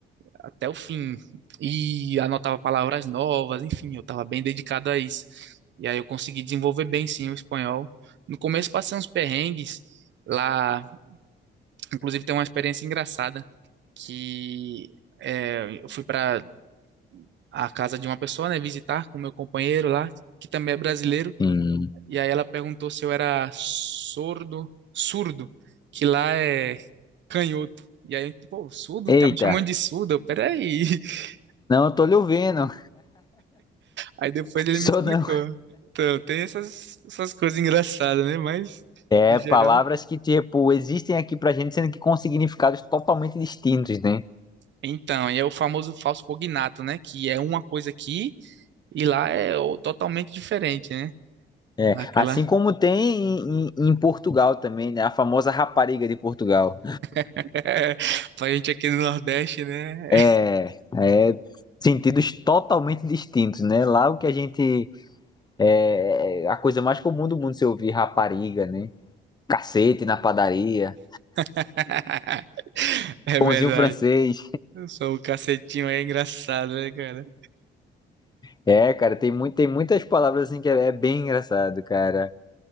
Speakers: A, on the right; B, on the left.
A: até o fim. E anotava palavras novas, enfim, eu estava bem dedicado a isso. E aí eu consegui desenvolver bem sim o espanhol. No começo passei uns perrengues lá, inclusive tem uma experiência engraçada que é, eu fui para à casa de uma pessoa, né, visitar com meu companheiro lá, que também é brasileiro,
B: sim.
A: e aí ela perguntou se eu era sordo, surdo, que lá é canhoto. E aí, pô, surdo?
B: Eita.
A: Tá me chamando de surdo? Eu, Peraí. <laughs>
B: Não, eu tô lhe ouvindo.
A: Aí depois
B: <laughs>
A: ele
B: Sou
A: me explicou.
B: não.
A: Então, tem essas, essas coisas engraçadas, né? Mas,
B: É,
A: no geral.
B: palavras que, tipo, existem aqui pra gente, sendo que com significados totalmente distintos, né?
A: Então, e é o famoso falso cognato, né? Que é uma coisa aqui e lá é o- totalmente diferente, né?
B: É,
A: Daquela.
B: assim como tem em, em- em Portugal também, né? A famosa rapariga de Portugal.
A: <laughs> Pra gente aqui no Nordeste, né?
B: É, é sentidos totalmente distintos, né? Lá o que a gente é é a coisa mais comum do mundo se ouvir rapariga, né? Cacete na padaria,
A: <laughs> É
B: pãozinho
A: verdade.
B: francês.
A: Eu sou o cacetinho aí, é engraçado, né, cara?
B: É, cara, tem muito, tem muitas palavras assim que é, é bem engraçado, cara.